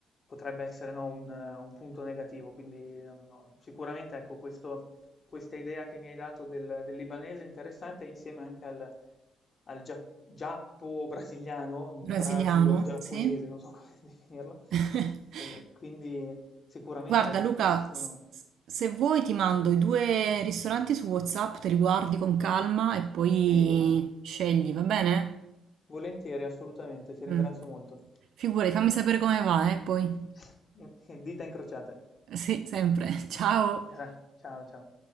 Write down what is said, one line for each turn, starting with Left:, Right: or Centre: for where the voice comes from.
Left: potrebbe essere no, un, eh, un punto negativo. Quindi no, no, sicuramente ecco, questo- questa idea che mi hai dato del, del libanese è interessante insieme anche al, al gia- giappo-brasiliano, brasilo-giapponese,
Right: Brasiliano, sì.
Left: non so <laughs> come definirlo.
Right: <laughs>
Left: E quindi Sicuramente,
Right: Guarda
Left: ecco,
Right: Luca,
Left: questi sono...
Right: s- s- se vuoi ti mando
Left: Sì,
Right: i due ristoranti su WhatsApp, te li guardi con calma e poi
Left: Sì,
Right: scegli, va bene?
Left: volentieri, assolutamente, ti ringrazio
Right: Mm.
Left: molto.
Right: Figurati, fammi sapere come va, eh, poi.
Left: <laughs> Dita incrociate.
Right: Sì, sempre. <laughs> Ciao.
Left: Grazie, ciao ciao.